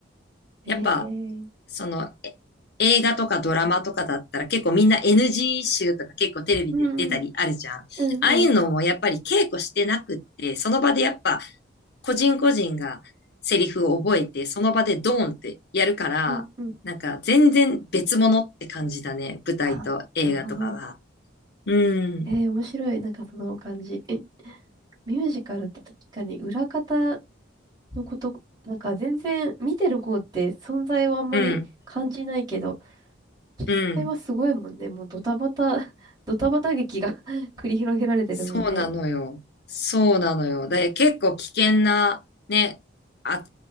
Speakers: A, on the right; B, on the left.
A: ええ
B: やっぱ、その、え映画とかドラマとかだったら結構みんな NG 集とか結構テレビで出たりあるじゃん。
A: うんうん。
B: ああいうのもやっぱり稽古してなくって、
A: うんうん。
B: その場でやっぱ個人個人がセリフを覚えて、その場でドーンってやるから、
A: うんうん。
B: なんか全然別物って感じだね。舞台と映画とかは。
A: あ、なるほど。
B: うん、
A: えー、面白い。なんかその感じ。え、ミュージカルって確かに裏方のこと、なんか全然見てる方って存在をあんまり感じないけど、
B: うん、
A: 実際はすごいもんね。
B: うん。
A: もうドタバタ、<laughs> ドタバタ劇が <laughs> 繰り広げられてるもんね。
B: そうなのよ。そうなのよ。で、結構危険な、ね、あ、